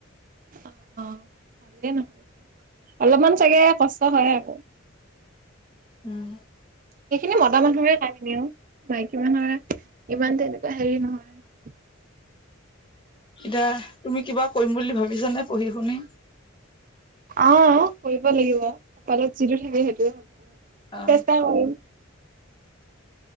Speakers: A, on the right; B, on the left.
A: অ' অ' ভালেই নহয়োন অলপমান। চাগে কষ্ট হয় আকৌ।
B: উম।
A: সেইখিনি মতা মানুহৰে কামখিনিও মাইকী মানুহৰে ইমান তেনেকুৱা হেৰি নহয়।
B: এতিয়া তুমি কিবা কৰিম বুলি ভাবিছানে পঢ়ি শুনি।
A: আহ কৰিব লাগিব। কপালত যিটো থাকে সেইটো হ'ব
B: অ
A: চেষ্টা কৰিম।